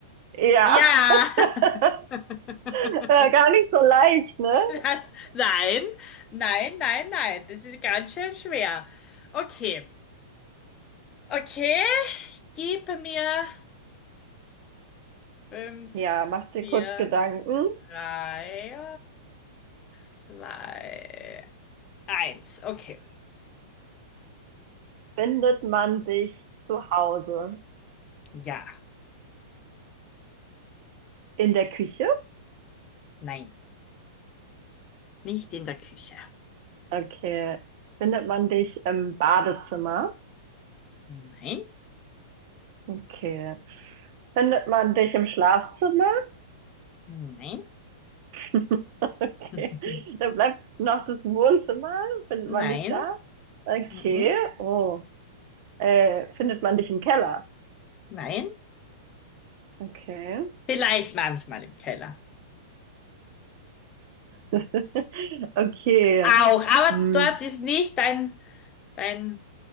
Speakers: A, on the right (about 50°); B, on the left (about 30°).
A: Ja,
B: Ja.
A: <laughs>
B: <laughs>
A: Äh, gar nicht so leicht, ne?
B: Das, nein, nein, nein, nein. Das ist ganz schön schwer. Okay, okay. Gib mir fünf,
A: Ja, mach dir
B: vier,
A: kurz Gedanken.
B: drei, zwei, eins. Okay.
A: Findet man dich zu Hause
B: Ja,
A: in der Küche?
B: nein, nicht in der Küche.
A: Okay. Findet man dich im Badezimmer?
B: Nein,
A: Okay. Findet man dich im Schlafzimmer?
B: nein,
A: <laughs> Okay.
B: <laughs>
A: Dann bleibt noch das Wohnzimmer. Findet
B: nein,
A: man dich da? Okay.
B: mhm,
A: Oh. äh, findet man dich im Keller.
B: nein.
A: Okay.
B: Vielleicht manchmal im Keller.
A: <laughs> Okay.
B: Auch, aber
A: Hm.
B: dort ist nicht dein, dein